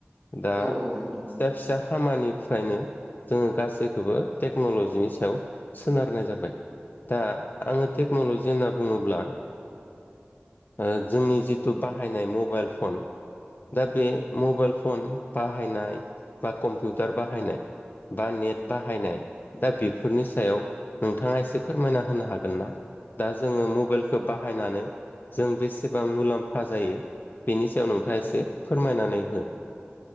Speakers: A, on the left; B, in the centre.
A: दा
B: औ औ नोंथां
A: फिसा फिसा खामानि फ्रायनो जोङो गासैखौबो टेक्न'ल'जिनि सायाव सोनारनाय जाबाय। दा आङो टेक्न'लजि होनना बुङोब्ला ओ जोंनि जिथु बाहायनाय मबाइल फन दा बे मबाइल फन बाहायनाय बा कम्पिउटार बाहायनाय। बा नेट बाहायनाय दा बेफोरनि सायाव नोंथाङा एसे फोरमायना होनो हागोन ना। दा जोङो मबाइलखौ बाहायनानै जों बेसेबां मुलाम्फा जायो। बेनि सायाव नोंथाङा एसे फोरमायनानै हो।